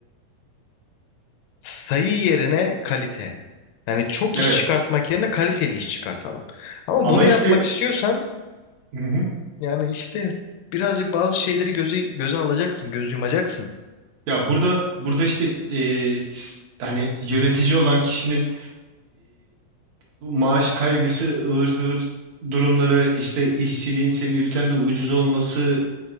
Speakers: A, on the left; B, on the right.
A: sayı yerine kalite. Yani çok
B: Evet.
A: iş çıkartmak yerine kaliteli iş çıkartalım. Ama
B: Ama
A: bunu
B: işte
A: yapmak istiyorsan
B: Hı hı.
A: yani işte birazcık bazı şeyleri göze, göze alacaksın, göz yumacaksın.
B: ya burada burada işte e, s- hani yönetici olan kişinin Bu maaş kaygısı, ıvır zıvır durumları, işte işçiliğin senin ülkende ucuz olması,